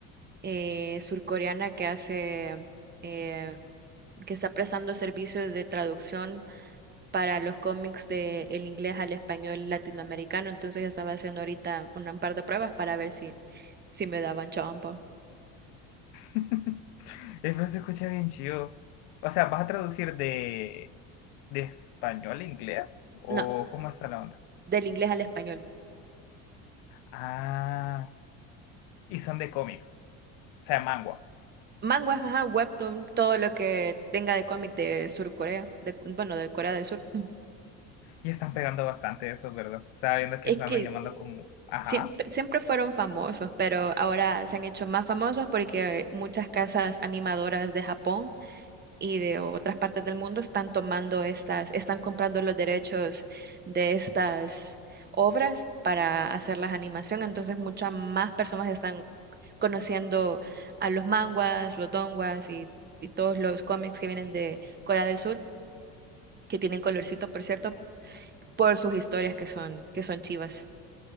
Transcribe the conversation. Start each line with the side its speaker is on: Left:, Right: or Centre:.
Right: eh, surcoreana que hace... eh, que está prestando servicios de traducción para los cómics de el inglés al español latinoamericano. Entonces estaba haciendo ahorita un par de pruebas para ver si, si me daban chamba.
Left: <laughs> Eh, pero se escucha bien chido. O sea, ¿vas a traducir de, de español a inglés? ¿O
Right: No,
Left: cómo está la onda?
Right: del inglés al español.
Left: Ah, y son de cómics, o sea, manga.
Right: Manguas, ajá, webtoon, todo lo que venga de cómic de Sur Corea, de, bueno, de Corea del Sur. Mm.
Left: Y están pegando bastante eso, ¿verdad? Estaba viendo que
Right: Es
Left: están
Right: que
Left: animando como... Ajá.
Right: siempre, siempre fueron famosos, pero ahora se han hecho más famosos porque muchas casas animadoras de Japón y de otras partes del mundo están tomando estas, están comprando los derechos de estas obras para hacer las animación. Entonces, muchas más personas están conociendo a los manguas, los donguas y, y todos los cómics que vienen de Corea del Sur que tienen colorcito, por cierto, por sus historias que son, que son chivas.